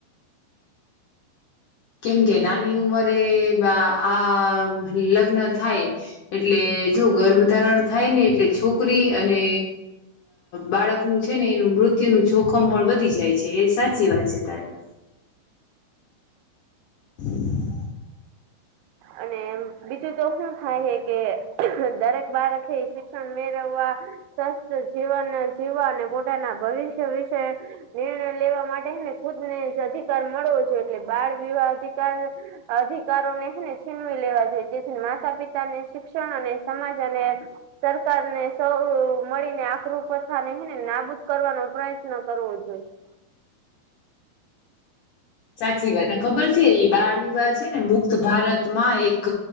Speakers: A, on the left (about 75°); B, on the right (about 85°).
A: કેમ કે નાની ઉંમરે આ લગ્ન થાય એટલે જો ગર્ભ ધારણ થાય ને એટલે છોકરી અને બાળકનું છે ને એનું મૃત્યુનું જોખમ પણ વધી જાય છે એ સાચી વાત છે તારી <inaudible>
B: અને બીજું તો શું થાય કે દરેક બાળકે શિક્ષણ મેળવવા સ્વસ્થ જીવન જીવવા અને પોતાના ભવિષ્ય વિશે નિર્ણય લેવા માટેને ખુદ ને જ અધિકાર મળવો છો એટલે બાળ વિવાહ અધિકાર અધિકારો ને હેને છીનવી લેવા જોઈએ જેથી માતા પિતાને શિક્ષણ અને સમાજ અને સરકાર ને સૌ મળીને આખરું પ્રથાનેને નાબૂદ કરવાનો પ્રયત્ન કરવો જોઈએ
A: સાચી વાત ખબર છે બાળ વિવાહ છે ને મુક્ત ભારત માં એક